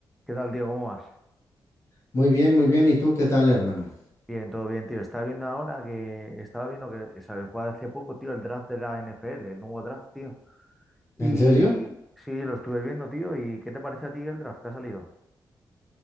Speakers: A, in the centre; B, on the left (about 35°).
A: ¿Qué tal, tío? ¿Cómo vas?
B: Muy bien, muy bien. ¿Y tú qué tal, hermano?
A: Bien, todo bien, tío. Estaba viendo ahora que estaba viendo que se fue hace poco, tío, el draft de la NFL, el nuevo draft, tío. Y
B: ¿En serio?
A: sí, lo estuve viendo, tío. ¿Y qué te parece a ti el draft que ha salido?